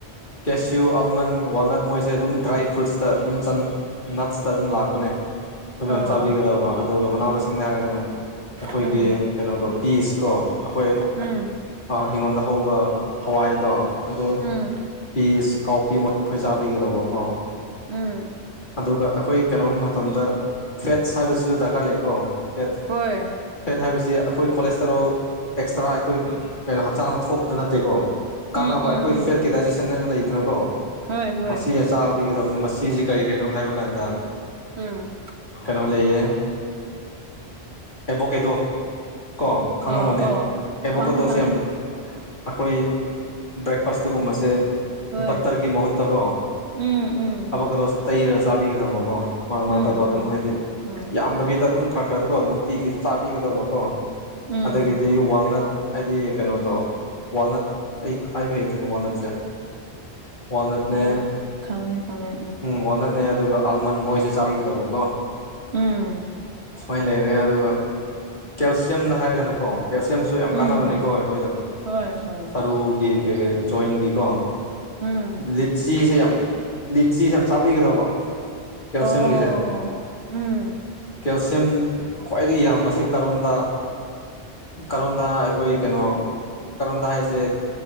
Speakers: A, on the left; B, on the right.
A: ꯀꯦꯁꯤꯌꯨ ꯑꯜꯃꯟ ꯋꯥꯜꯅꯠ ꯃꯣꯏꯁꯦ ꯑꯗꯨꯝ ꯗ꯭ꯔꯥꯏ ꯐ꯭ꯔꯨꯏꯠꯁꯇ ꯑꯗꯨꯝ ꯆ ꯅꯠꯁꯇ ꯑꯗꯨꯝ ꯂꯥꯛꯄꯅꯦ ꯑꯗꯨꯝꯌꯥꯝ
B: ꯑꯣ
A: ꯆꯥꯕꯤꯒꯗꯧꯕ ꯑꯗꯨꯒ ꯃꯅꯥ ꯃꯁꯤꯡꯗ ꯍꯥꯏꯔꯒꯅ ꯑꯩꯈꯣꯏꯒꯤ
B: ꯎꯝ
A: ꯀꯩꯅꯣꯗꯣ ꯄꯤꯁꯀꯣ ꯑꯩꯈꯣꯏ
B: ꯎꯝ
A: ꯑ ꯍꯤꯡꯒꯣꯜꯗ ꯍꯧꯕ ꯍꯋꯥꯏꯗꯣ ꯑꯗꯨ
B: ꯎꯝ
A: ꯄꯤꯁ ꯀꯥꯎꯄꯤ ꯃꯣꯏꯈꯣꯏ ꯆꯥꯕꯤꯒꯗꯕꯀꯣ
B: ꯎꯝ
A: ꯑꯗꯨꯒ ꯑꯩꯈꯣꯏ ꯀꯩꯅꯣ ꯃꯇꯝꯗ ꯐꯦꯠꯁ ꯍꯥꯏꯕꯁꯤꯁꯨ ꯗꯔꯀꯥꯔ ꯂꯩꯀꯣ ꯐꯦꯠ
B: ꯍꯣꯏ
A: ꯐꯦꯠ ꯍꯥꯏꯕꯁꯤ ꯑꯩꯈꯣꯏ ꯀꯣꯂꯦꯁꯇꯔꯣꯜ ꯑꯦꯛꯁꯇ꯭ꯔꯥ ꯑꯩꯈꯣꯏ ꯀꯩꯅꯣ ꯍꯛꯆꯥꯡꯗ ꯊꯣꯛꯄꯗꯨ ꯅꯠꯇꯦꯀꯣ
B: ꯎꯝ
A: ꯀꯥꯟꯅꯕ
B: ꯎꯝ
A: ꯑꯩꯈꯣꯏ
B: ꯎꯝ
A: ꯐꯦꯠꯀꯤ ꯗꯥꯏꯖꯦꯁꯟ ꯑꯃ ꯂꯩꯗꯅꯀꯣ
B: ꯍꯣꯏ ꯍꯣꯏ
A: ꯃꯁꯤ ꯆꯥꯕ ꯄꯤꯒꯗꯕꯅꯤ ꯃꯁꯤꯁꯦ ꯀꯔꯤ ꯀꯔꯤꯅꯣ ꯍꯥꯏꯕ ꯀꯥꯟꯗ
B: ꯎꯝ
A: ꯀꯩꯅꯣ ꯂꯩꯌꯦ ꯑꯦꯕꯣꯀꯦꯗꯣꯀꯣ ꯈꯥꯡꯉꯥꯝꯃꯅꯦ
B: ꯑꯣ ꯑꯣ
A: ꯑꯦꯕꯣꯀꯦꯗꯣꯁꯦ
B: ꯈꯪꯉꯦ ꯈꯪꯉꯦ
A: ꯌꯥꯝ ꯑꯩꯈꯣꯏ ꯕ꯭ꯔꯦꯛꯐꯥꯁꯇꯒꯨꯝꯕꯁꯦ
B: ꯍꯣꯏ
A: ꯄꯠꯇꯔꯒꯤ ꯃꯍꯨꯠꯇꯀꯣ
B: ꯎꯝ ꯎꯝ
A: ꯑꯦꯕꯣꯀꯦꯗꯣ ꯇꯩꯔꯒ ꯆꯥꯕꯤꯒꯗꯕꯀꯣ ꯃꯔꯛ
B: ꯎꯝ
A: ꯃꯔꯛꯇꯀꯣ ꯑꯗꯨꯝ
B: ꯎꯝ
A: ꯍꯥꯏꯗꯤ
B: ꯎꯝ
A: ꯌꯥꯝꯗꯕꯤꯗ ꯑꯗꯨꯝ ꯈꯔ ꯈꯔ ꯀꯣ ꯅꯨꯡꯇꯤꯒꯤ ꯆꯥꯕꯤꯒꯗꯕꯀꯣ
B: ꯎꯝ
A: ꯑꯗꯒꯤꯗꯤ ꯋꯥꯜꯅꯠ ꯍꯥꯏꯗꯤ ꯀꯩꯅꯣꯗꯣ ꯋꯥꯜꯅꯠ ꯑꯩ ꯍꯥꯏꯕ ꯍꯩꯇꯔꯦ ꯋꯥꯜꯅꯠꯁꯦ ꯋꯥꯜꯅꯠꯅꯦ
B: ꯎꯝ ꯋꯥ ꯈꯪꯉꯦ ꯈꯪꯉꯦ
A: ꯎꯝ ꯋꯥꯜꯅꯠꯅꯦ ꯑꯗꯨꯒ ꯑꯜꯃꯟ ꯃꯣꯏꯁꯦ ꯆꯥꯕꯤꯒꯗꯕꯀꯣ
B: ꯎꯝ
A: ꯁꯨꯃꯥꯏꯅ ꯂꯩꯔꯦ ꯑꯗꯨꯒ ꯀꯦꯜꯁꯤꯌꯝꯗ ꯍꯥꯏꯔꯒꯅꯀꯣ ꯀꯦꯜꯁꯤꯌꯝꯁꯨ ꯌꯥꯝ
B: ꯎꯝ
A: ꯀꯥꯟꯅꯕꯅꯤꯀꯣ ꯑꯩꯈꯣꯏꯗ
B: ꯍꯣꯏ ꯍꯣꯏ
A: ꯁꯔꯨꯒꯤ ꯀꯩꯀꯩ ꯖꯣꯏꯟꯒꯤꯀꯣ
B: ꯎꯝ
A: ꯂꯤꯠꯆꯤꯁꯦ ꯌꯥꯝ ꯂꯤꯠꯆꯤꯁꯦ ꯌꯥꯝ ꯆꯥꯕꯤꯒꯗꯧꯕ ꯀꯦꯜꯁꯤꯌꯝꯒꯤꯁꯦ
B: ꯑꯣ ꯎꯝ
A: ꯀꯦꯜꯁꯤꯌꯝ ꯈ꯭ꯋꯥꯏꯗꯒꯤ ꯌꯥꯝꯕꯁꯦ ꯀꯥꯔꯣꯟꯗ ꯀꯔꯣꯟꯗꯥ ꯑꯩꯈꯣꯏ ꯀꯩꯅꯣ ꯀꯣꯟꯗꯥ ꯍꯥꯏꯁꯦ